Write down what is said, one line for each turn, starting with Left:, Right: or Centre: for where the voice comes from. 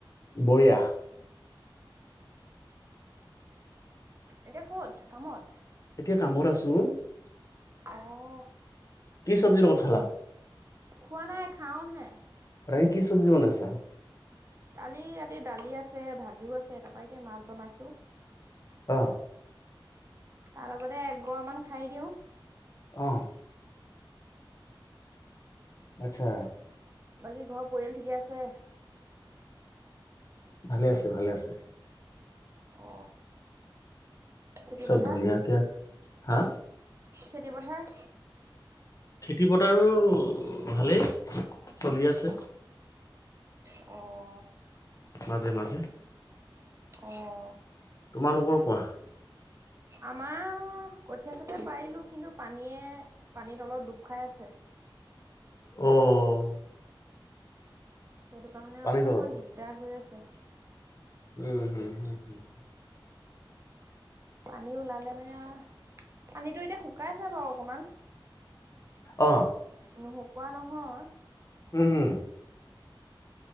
Left: বঢ়ীয়া
Right: এতিয়া কত কামত
Left: এতিয়া কামত আছো
Right: অ
Left: কি চব্জি লগত খালা
Right: খোৱা নাই খাওহে
Left: আজি কি চব্জি বনাইছা
Right: কালি ৰাতিৰ দালি আছে ভাজিও আছে তাৰপৰা এতিয়া মাছ বনাইছো
Left: অ
Right: তাৰ লগতে এগৰামান খাই দিওঁ
Left: অ আচ্ছা
Right: বাকী ঘৰৰ পৰিয়াল ঠিকে আছে
Left: ভালে আছে ভালে আছে
Right: অ খেতি
Left: চব
Right: পথাৰ
Left: ধুনীয়া কে আছে হা
Right: খেতি পথাৰ
Left: খেতি পথাৰো ভালেই চলি আছে
Right: অ
Left: মাজে মাজে
Right: অ
Left: তোমালোকৰ কোৱা
Right: আমাৰ কঠিয়াচঠিয়া পাৰিলো কিন্তু পানীয়ে পানীতলত ডুব খাই আছে
Left: অ অ অ
Right: সেইটো কাৰণে
Left: পানী
Right: অকমান
Left: তলত
Right: দিগদাৰ হৈ আছে
Left: উম হুম হুম হুম
Right: পানী ওলালে মানে পানীটো এতিয়া শুকাইছে বাৰু অকমান
Left: অ
Right: নুহকোৱা নহয়
Left: উম হুম